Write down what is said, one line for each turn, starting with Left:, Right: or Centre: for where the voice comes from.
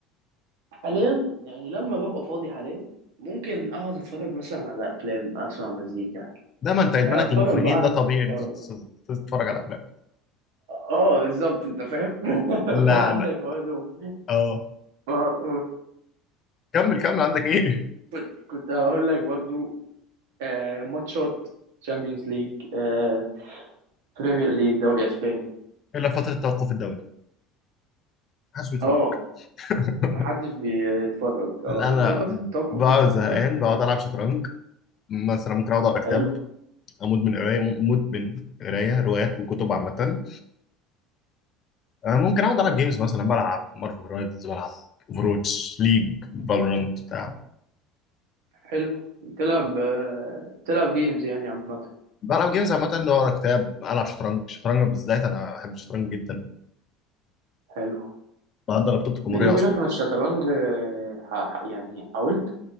Right: حاليا يعني لما ببقى فاضي حاليا ممكن اقعد اتفرج مثلا على افلام اسمع مزيكا
Left: ده ما أنت إدمانك
Right: اتفرج
Left: للمخرجين
Right: بقى
Left: ده طبيعي
Right: على-
Left: إن
Right: لو
Left: أنت تت- تتفرج على أفلام
Right: اه بالظبط انت فاهم <laughs>
Left: لا
Right: وعندك
Left: لا
Right: برضه
Left: أه
Right: اه، آه،
Left: كمل كمل عندك إيه؟
Right: كنت كنت كنت هقول لك برضو آه، ماتشات تشامبيونز ليج آه، بريمير ليج دوري اسباني
Left: <laughs> إلا فترة التوقف الدولي محدش بيتفرج
Right: اه
Left: <laughs>
Right: محدش بيتفرج
Left: لا
Right: اه
Left: أنا
Right: ففترة التوقف
Left: بقعد
Right: دي صعبة
Left: زهقان بقعد ألعب شطرنج مثلا ممكن أقعد أقرأ كتاب
Right: حلو
Left: أموت من قراية مدمن قراية روايات وكتب عامة آه، ممكن اقعد العب جيمز مثلا بلعب مارفل رايفلز بلعب فروتش ليج فالورانت بتاع
Right: حلو تلعب آه، تلعب جيمز يعني عامة
Left: بلعب جيمز عامة إني اقرا كتاب العب شطرنج الشطرنج بالذات انا بحب الشطرنج جدا
Right: حلو
Left: بحضر بطولة الجمهورية
Right: بيني وبينك
Left: اصلا
Right: أنا الشطرنج آه، ح- ح- يعني حاولت